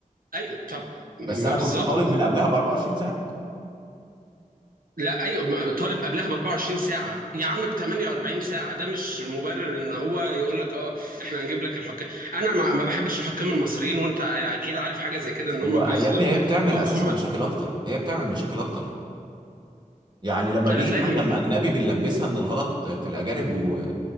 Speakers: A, on the right (about 80°); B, on the right (about 30°).
A: أي طب ما
B: بس انا
A: بالظبط
B: كنت طالب من قبلها ب 24 ساعه
A: لا ايوه ما طالب قبلها ب 24 ساعه يا عم ب 48 ساعه ده مش مبرر ان هو يقول لك اه احنا هنجيب لك الحكام انا ما ما بحبش الحكام المصريين وانت اكيد عارف حاجه زي كده ان
B: ويا
A: هم بيظلموا
B: ابني هي بتعمل اساسا
A: هم
B: مشاكل اكتر هي بتعمل مشاكل اكتر يعني لما بيجي
A: انا فاهم
B: حكم اجنبي بنلبسها ان الغلط في الاجانب و...